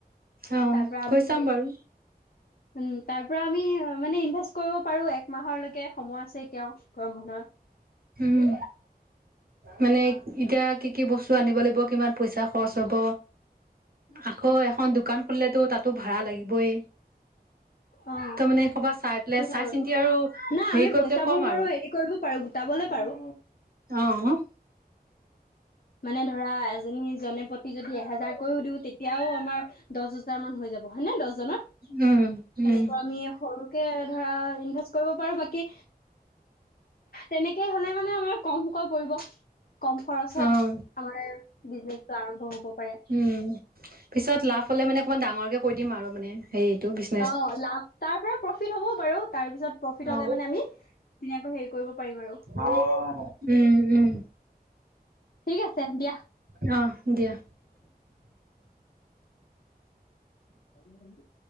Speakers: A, on the right (about 65°); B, on the left (about 60°).
A: অ',
B: তাৰ পৰা
A: কৈ
B: আমি
A: চাম বাৰু।
B: উম, তাৰ পৰা আমি মানে ইনভেষ্ট কৰিব পাৰো। এক মাহৰলৈকে সময় আছে এতিয়াও গৰম বন্ধৰ।
A: উম। মানে এতিয়া কি কি বস্তু আনিব লাগিব, কিমান পইচা খৰচ হ'ব। আকৌ এখন দোকান খুলিলেতো তাতো ভাড়া লাগিবই।
B: অ',
A: তাৰ মানে <unintelligible> চাই
B: সেইটো
A: পেলাই
B: হয়
A: চাই-চিন্তি
B: বাৰু।
A: আৰু
B: নাই
A: হেৰি
B: আমি
A: কৰি
B: পইচাবোৰ
A: পেলাই কম
B: বাৰু
A: আৰু।
B: হেৰি কৰিব পাৰো, গোটাবলে পাৰো।
A: অ',
B: মানে ধৰা, এজনী জনে প্ৰতি যদি এহেজাৰকৈও দিওঁ তেতিয়াও আমাৰ দহ হাজাৰ মান হৈ যাব হয় নে দহজনৰ?
A: উম। উম,
B: সেনেকুৱা আমি সৰুকে ধৰা ইনভেষ্ট কৰিব পাৰোঁ বাকী তেনে কে হ'লে মানে আমাৰ কমকৈ পৰিব। কম খৰচত
A: অ'।
B: আমাৰ বিজনেচটো আৰম্ভ হ'ব পাৰে।
A: উম পিছত লাভ হ'লে মানে অকমান ডাঙৰকে কৈ দিম আৰু মানে। সেইটো বিচ
B: অ', লাভ তাৰ পৰা প্ৰফিট হ'ব বাৰু তাৰপিছত প্ৰফিট
A: অ
B: হ'লে মানে আমি ধুনিয়াকৈ হেৰি কৰিব পাৰিম আৰু।
A: অ', উম, উম।
B: ঠিক আছে দিয়া।
A: অ', দিয়া।
B: <inaudible>